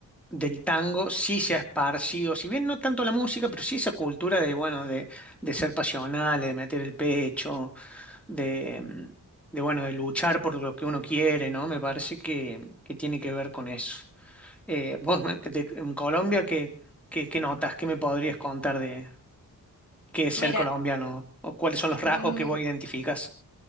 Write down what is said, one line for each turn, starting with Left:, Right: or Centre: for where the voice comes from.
Centre: del tango sí se ha esparcido, si bien no tanto la música, pero sí esa cultura de, bueno, de, de ser pasional, de meter el pecho, de,
Left: mm.
Centre: mm, de, bueno, de luchar por lo que uno quiere, ¿no? Me parece que, que tiene que ver con eso. Eh, vos, <laughs> me- de- en Colombia, ¿qué, qué, qué notas? ¿Qué me podrías contar de qué es ser
Left: Mira,
Centre: colombiano? ¿O cuáles son los
Left: mm,
Centre: rasgos que vos identificas?